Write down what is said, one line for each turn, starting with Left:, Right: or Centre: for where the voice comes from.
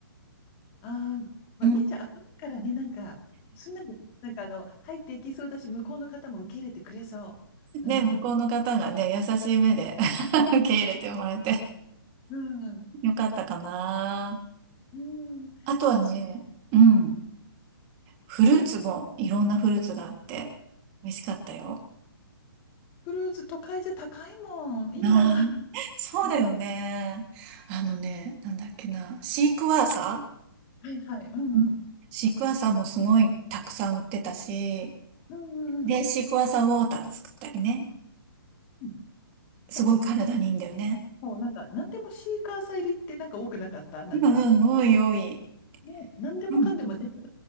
Left: ああー、まあ、
Right: うん、
Left: みえちゃん、明るいからね、なんか、すんなり、なんかあの、入っていきそうだし、向こうの方も受け入れてくれそう。
Right: で、
Left: う
Right: 向こうの方がね、優しい目で <laughs> 受け入れてもらえて
Left: ん、うん。
Right: よかったかな。
Left: うん。
Right: あとはね、
Left: そう、
Right: うん。フルーツもいろんなフルーツがあって、美味しかったよ。
Left: クルーズ、都会じゃ高いもん。いいな。
Right: ああ、そうだよね。
Left: うん
Right: あのね、なんだっけな。シークワーサー
Left: はいはい。うんうん。
Right: うんシークワーサーもすごいたくさん売ってたし、
Left: うんうんうん。
Right: で、シークワーサーウォーター作ったりね。
Left: うん
Right: すごい体にいいんだよね。
Left: だもうなんか、なんでもシーカーサー入りってなんか多くなかったなんか、
Right: うんうん、おいおい。
Left: ね、なんでもかんでも、
Right: うん。
Left: ね、<laughs>